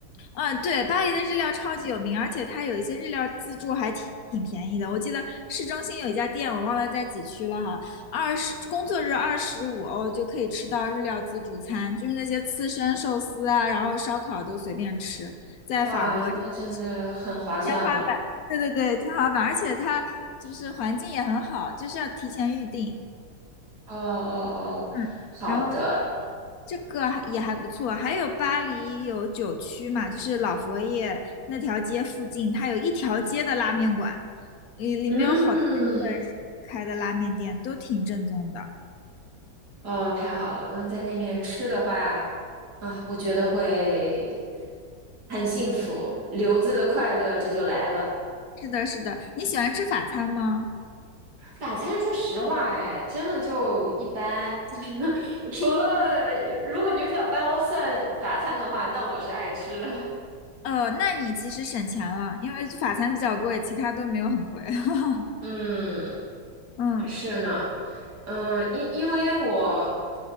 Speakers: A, on the left (about 70°); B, on the right (about 70°).
A: 嗯，对，巴黎的日料超级有名，而且它有一些日料自助还挺挺便宜的。我记得市中心有一家店，我忘了在几区了哈，二十工作日二十五欧就可以吃到日料自助餐，就是那些刺身、寿司啊，然后烧烤都随便吃。在法国真的是
B: 哇，那真的很划算了。
A: 天花板，对对对，天花板，而且它就是环境也很好，就是要提前预定。
B: 哦哦哦，
A: 嗯，
B: 好的，
A: 然后这个还也还不错，还有巴黎有九区嘛，就是老佛爷那条街附近，它有一条街的拉面馆，里里面有好多日本师傅开的拉面店，
B: 嗯。
A: 都挺正宗的。
B: 哦，太好了！那在那面吃的话，啊，我觉得会很幸福，留子的快乐这就来了。
A: 是的，是的，你喜欢吃法餐吗？
B: 法餐，说实话，哎，真的就一般。<laughs> 除了呃如果牛角包算法餐的话，那我是爱吃的。
A: 呃，那你其实省钱了，因为法餐比较贵，其他都没有很贵。<laughs>
B: 嗯，
A: 嗯，
B: 是呢，嗯，因因为我，